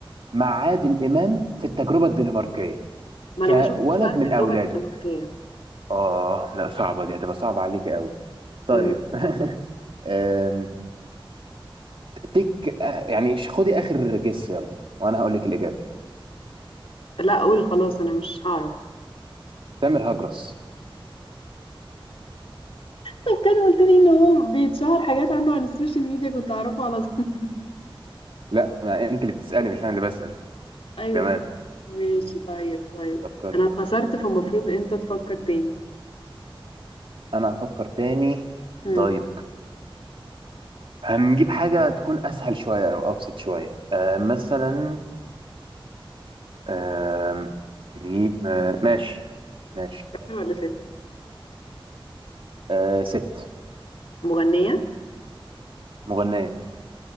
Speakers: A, on the right; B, on the left.
A: مع عادل امام في التجربه الدنماركيه
B: ما
A: كولد
B: انا ما شفتش بقى التجربه
A: من اولاده
B: الدنماركيه
A: اه لا صعبه دي هتبقى صعبه عليك قوي طيب
B: مم.
A: <laughs> تك آه، يعني ش- خدي اخر جس يلا وانا هقول لك الاجابه
B: لا اقول خلاص انا مش هعرف <laughs>
A: تامر هجرس
B: طب كان قلت لي ان هو بيتشهر حاجات عنه على السوشيال ميديا كنت اعرفه على طول
A: لا ما انت اللي بتسالي مش انا اللي بسال
B: <laughs> ايوه
A: تمام
B: صح ماشي طيب طيب
A: فكري
B: انا
A: يعني.
B: اتخسرت فالمفروض انت تفكر تاني
A: انا افكر تاني
B: مم.
A: طيب هنجيب حاجه تكون اسهل شويه او ابسط شويه آه مثلا آه نجيب آه ماشي ماشي
B: راجل ولا ست
A: آه ست
B: مغنيه
A: مغنيه